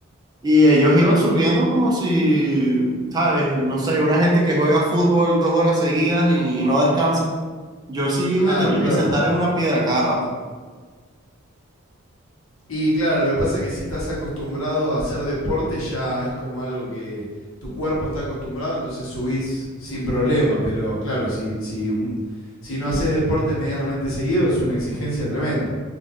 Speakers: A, on the right; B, on the left.
A: Y ellos iban subiendo como si, ¿sabes? No sé, una gente que juega fútbol dos horas seguidas y, no descansa. Yo sí
B: Claro,
A: me tenía
B: claro.
A: que sentar en una piedra cada rato.
B: Y claro, lo que pasa es que si estás acostumbrado a hacer deporte ya es como algo que tu cuerpo está acostumbrado, entonces subís sin problema. Pero claro, si, si, un- si no haces deporte medianamente seguido es una exigencia tremenda.